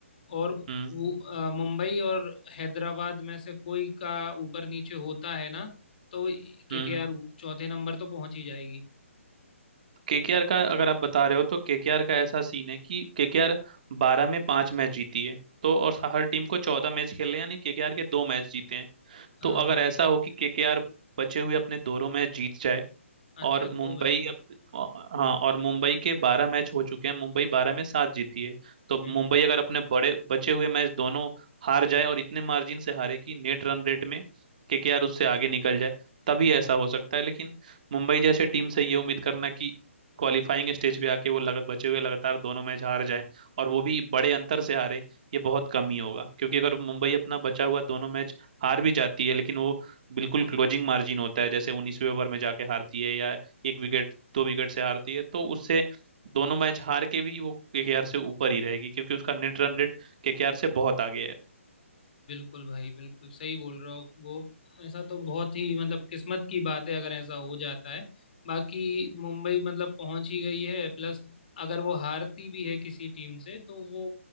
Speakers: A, on the left; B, on the right.
A: और
B: हम्म
A: वो अ, मुंबई और हैदराबाद में से कोई का ऊपर नीचे होता है ना तो केकेआर
B: हम्म
A: चौथे नंबर तो पहुंच ही जाएगी
B: केकेआर का अगर आप बता रहे हो तो केकेआर का ऐसा सीन है कि केकेआर बारह में पांच मैच जीती है तो और हर टीम को चौदह मैच खेले यानी केकेआर के दो मैच जीते हैं
A: हाँ
B: तो अगर
A: हाँ।
B: ऐसा हो कि केकेआर बचे हुए अपने दोनों मैच जीत जाए
A: अच्छा
B: और
A: दो
B: मुंबई
A: बचे हुए।
B: अब हाँ और मुंबई के बारह मैच हो चुके हैं मुंबई बारह में सात जीती है तो
A: हम्म
B: मुंबई
A: हम्म।
B: अगर अपने बड़े बचे हुए मैच दोनों हार जाए और इतने मार्जिन से हारे कि नेट रन रेट में केकेआर उससे आगे निकल जाए तभी ऐसा हो सकता है लेकिन मुंबई जैसे टीम से ये उम्मीद करना कि क्वालिफाइंग स्टेज पे आके वो लग, बचे हुए लगातार दोनों मैच हार जाए और वो भी बड़े अंतर से हारे ये बहुत कम ही होगा क्योंकि अगर मुंबई अपना बचा हुआ दोनों मैच हार भी जाती है लेकिन वो बिल्कुल क्लोजिंग मार्जिन होता है जैसे 19वें ओवर में जाके हारती है या एक विकेट दो विकेट से हारती है तो उससे दोनों मैच हार के भी वो केकेआर से ऊपर ही रहेगी क्योंकि उसका नेट रन रेट केकेआर से बहुत आगे है
A: बिल्कुल भाई बिल्कुल सही बोल रहे हो वो ऐसा तो बहुत ही मतलब किस्मत की बात है अगर ऐसा हो जाता है बाकी मुंबई मतलब पहुंच ही गई है प्लस अगर वो हारती भी है किसी टीम से तो वो